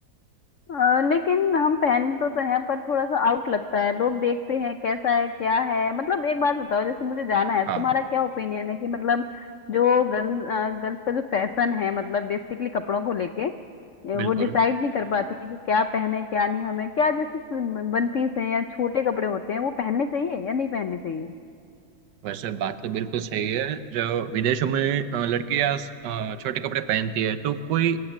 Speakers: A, on the left; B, on the right.
A: अ, लेकिन हम पहन तो तो हैं पर थोड़ा सा आउट लगता है लोग देखते हैं कैसा है क्या है मतलब एक बात बताओ जैसे मुझे जाना है
B: हाँ
A: तुम्हारा क्या ओपिनियन है कि मतलब जो गर्ल गर्ल्स का जो फैशन है मतलब बेसिकली कपड़ों को लेके ये
B: बिल्कुल
A: वो डिसाइड नहीं कर पाती है कि क्या पहने क्या नहीं हमें क्या जैसे वन पीस है या छोटे कपड़े होते हैं वो पहनने चाहिए या नहीं पहनने चाहिए
B: वैसे बात तो बिल्कुल सही है जो विदेशों में अ, लड़कियां अ, छोटे कपड़े पहनती है तो कोई